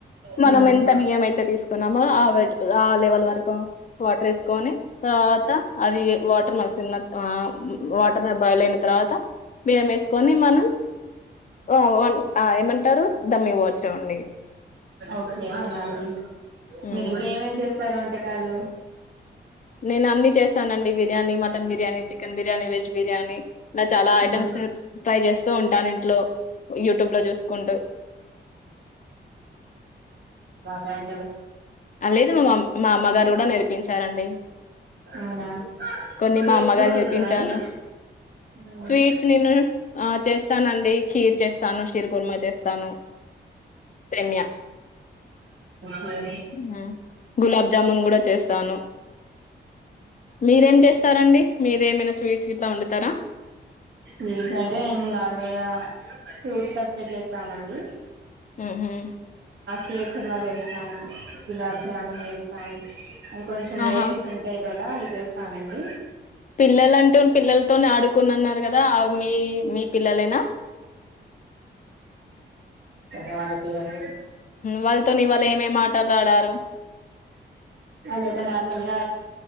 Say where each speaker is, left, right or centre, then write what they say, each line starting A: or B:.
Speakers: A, on the right; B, on the left.
A: మ్మ్
B: మనం ఎంత బియ్యం అయితే తీసుకున్నామో ఆ ఆ లెవెల్ వరకు కా వాటర్ వేసుకొని తర్వాత అది వాటర్ మల్సిన్న ఆ ఉమ్ వాటర్ బాయిల్ అయిన తర్వాత బియ్యం వేసుకొని మనం ఆ వన్ ఆ ఏమంటారు దమ్ ఇవ్వచ్చు అండి
A: ఓకే అలా అండి
B: ఉమ్.
A: మీరు ఇంక ఏమేమి చేస్త సరంటే కలు
B: నేను అన్ని చేస్తానండి biryani mutton biryani chicken biryani veg biryani ఇలా చాలా ఐటమ్స్
A: ఉమ్
B: ట్రై చేస్తూ ఉంటాను ఇంట్లో యూట్యూబ్ లో చూసుకుంటూ
A: థాయింకాడు
B: ఆ లేదు మామ్ మా అమ్మగారు కూడా నేర్పించారండి
A: అవునా
B: కొన్ని
A: స్వీట్స్
B: మా అమ్మగారు
A: కుడా చేస్తారా
B: నేర్పించాను
A: అండి ఉమ్
B: స్వీట్స్ నేను ఆ చేస్తానండి ఖీర్ చేస్తాను షీర్ కుర్మా చేస్తాను సేమ్యా
A: ఓకే
B: ఉమ్ గులాబజాన్ గు డా చెస్థాను మీరేం చేస్తారండి మీరు ఏమైనా స్వీట్స్లా వండుతారా
A: స్వీట్స్ అంటే నార్మల్గా ఫ్రూట్ కస్టర్డ్ చేస్తామండి
B: ఉమ్ ఉ
A: షీర్ ఖుర్మా చేస్తాం గులాబ్ జాముూన్ వేస్తాం ఇంకొంచెం వెరైటీస్
B: ఆహా
A: ఉంటాయి క దా అది చేస్తానండి
B: పిల్లలంటూ పిల్లలతో ఆడుకునిన్నారు కదా మీ మీ పిల్లలేనా
A: అ వాళ్ళ పిల్లని
B: వాళ్ళతోవాళ ఏమేం మాట్లాలాడారు
A: యితే నార్మల్ గా